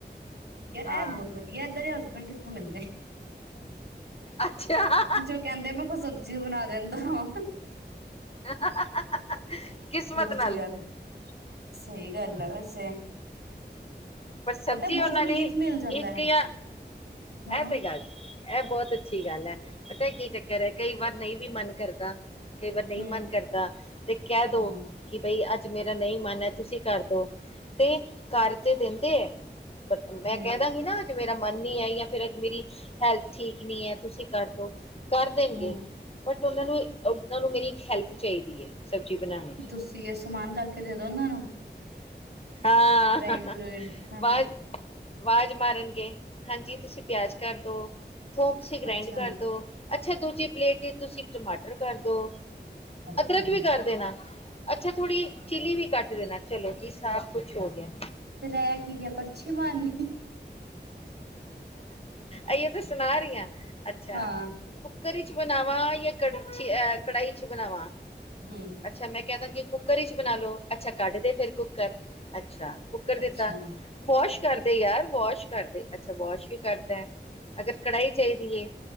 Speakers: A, on the right; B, on the left.
A: ਯਾਰ
B: ਹਾਂ
A: ਇਹ ਬਹੁਤ ਵਧੀਆ ਏਦਾਂ ਦੇ ਹਸਬੈਂਡ ਕਿੱਥੋਂ ਮਿਲਦੇ
B: ਅੱਛਾ
A: ਜੋ ਕਹਿੰਦੇ ਮੈਂ ਕੋ ਸਬਜ਼ੀ ਬਣਾ ਦਿੰਦਾ ਹਾਂ।
B: ਹ ਕਿਸਮਤ
A: ਅੱਛੀ
B: ਨਾਲ।
A: ਗੱਲ ਹੈ ਸਹੀ ਗੱਲ ਹੈ ਵੈਸੇ
B: ਪਰ ਸਬਜ਼ੀ
A: ਪਤਾ ਬਹੁਤ
B: ਉਹਨਾਂ
A: ਰਿਲੀਫ
B: ਨੇ
A: ਮਿਲ ਜਾਂਦਾ
B: ਇੱਕ
A: ਹੈ
B: ਜਾਂ
A: ਹਾਂ
B: ਇਹ ਤੇ ਗੱਲ ਠੀਕ ਇਹ ਬਹੁਤ ਅੱਛੀ ਗੱਲ ਹੈ ਪਤਾ ਕੀ ਚੱਕਰ ਹੈ ਕਈ ਵਾਰ ਨਹੀਂ ਵੀ ਮਨ ਕਰਦਾ ਕਈ ਵਾਰ। ਨਹੀਂ
A: ਹਮ
B: ਮਨ ਕਰਦਾ ਤੇ ਕਹਿ ਦੋ
A: ਹਾਂ
B: ਕਿ ਬਈ ਅੱਜ ਮੇਰਾ ਨਹੀਂ ਮਨ ਹੈ ਤੁਸੀਂ ਕਰਦੋ ਤੇ ਕਰ ਤੇ ਦਿੰਦੇ ਹੈ।
A: ਹਮ
B: ਮੈਂ ਕਹਿ ਦਾਂਗੀ ਨਾ। ਮੇਰਾ ਮਨ ਨੀ ਹੈ ਜਾਂ ਫਿਰ ਅੱਜ ਮੇਰੀ ਹੈਲਥ ਠੀਕ ਨੀ ਹੈ ਤੁਸੀਂ ਕਰਦੋ। ਕਰ ਦੇਣਗੇ
A: ਹਮ
B: ਬਟ ਉਹਨਾਂ ਨੂੰ ਉਹਨਾਂ ਨੂੰ ਮੇਰੀ ਇੱਕ ਹੈਲਪ ਚਾਹੀਦੀ ਹੈ ਸਬਜ਼ੀ ਬਣਾਣੇ
A: ਕਿ
B: ਚ।
A: ਤੁਸੀਂ ਸਮਾਨ ਕਰਕੇ ਦੇ ਦੋ ਉਹਨਾਂ ਨੂੰ
B: ਹਾਂ
A: ਗ੍ਰਾਇੰਡ ਗਰੁਇੰਡ ਹਨਾ
B: ਬਸ ਆਵਾਜ਼ ਮਾਰਨਗੇ ਹਾਂਜੀ ਤੁਸੀਂ ਪਿਆਜ ਕਰਦੋ ਥੋਮ ਤੁਸੀਂ ਗ੍ਰੈਂਡ
A: ਅੱਛਾ
B: ਕਰਦੋ ਅੱਛਾ ਦੂਜੀ ਪਲੇਟ ਤੁਸੀਂ ਟਮਾਟਰ ਕਰ ਦੋ,
A: ਅੱਛਾ
B: ਅਦਰਕ ਵੀ ਕਰ ਦੇਣਾ। ਅੱਛਾ ਥੋੜੀ ਚਿੱਲੀ ਵੀ ਕੱਟ ਦੇਣਾ ਚਲੋ ਜੀ ਸਭ ਕੁਛ ਹੋ ਗਿਆ।
A: ਫ ਰਹਿ ਕੀ ਗਿਆ ਕੜਛੀ ਮਾਰਨੀ
B: ਅਈਏ ਤ ਸੁਣਾ ਰਹੀ ਹ ਅੱਛਾ
A: ਹਾਂ
B: ਕੁੱਕਰ ਚ ਬਣਾਵਾਂ ਜਾਂ ਕ ਅ ਕੜਾਹੀ ਚ ਬਣਾਵਾਂ
A: ਹੂੰ
B: ਅੱਛਾ ਮੈਂ ਕਹਿ ਦਾਂਗੀ, ਕੁੱਕਰ ਵਿਚ ਬਣਾ ਲੋ, ਅੱਛਾ ਕੱਢ ਦੇ ਫਿਰ ਕੁੱਕਰ, ਅੱਛਾ। ਕਰ
A: ਅੱਛਾ
B: ਦਿੱਤਾ, ਵਾਸ਼ ਕਰਦੇ ਯਾਰ, ਵਾਸ਼ ਕਰਦੇ, ਅੱਛਾ ਵਾਸ਼ ਵੀ ਕਰ ਤੈ ਅਗਰ ਕੜਾਹੀ ਚਾਹੀਦੀ ਹੈ।